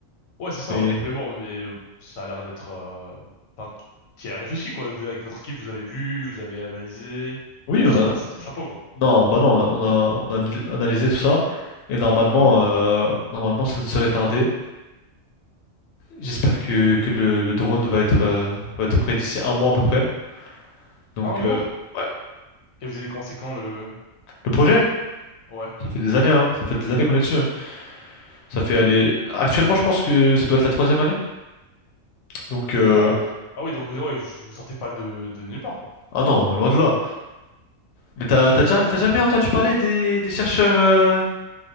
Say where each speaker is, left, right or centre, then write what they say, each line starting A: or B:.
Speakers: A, on the left; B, on the left.
A: Ouais, c'est ça,
B: Mais
A: ouais. Mais bon, mais ça a l'air d'être... euh, Enfin, tu y as réfléchi, quoi. Vous, avec votre équipe, vous avez vu, vous avez analysé.
B: oui,
A: Toi, tu
B: on
A: sors
B: a.
A: pas ça de ton chapeau, quoi.
B: Non, bah non, on a, on a- on a analy- analysé tout ça. Et normalement,
A: Ouais. ouais.
B: euh, normalement, ça ne serait tardé. J'espère que,
A: D'accord.
B: que le, le drone va être, euh, va être prêt d'ici un mois à peu près. Donc,
A: Un mois?
B: euh, ouais.
A: Et vous avez commencé quand le...
B: Le projet,
A: Ouais.
B: ça fait des années, hein. Ça fait des années qu'on est dessus. hein. Ça fait
A: Ah
B: aller.
A: oui.
B: Actuellement, je pense que ça doit être la troisième année. Donc, euh,
A: Wow. Ah oui, donc vous, ouais, vous vous sortez pas de, de nulle part, quoi.
B: ah non, loin de là. Mais t'as, t'as déjà, t'as
A: Hmm.
B: jamais entendu parler des, des chercheurs. euh,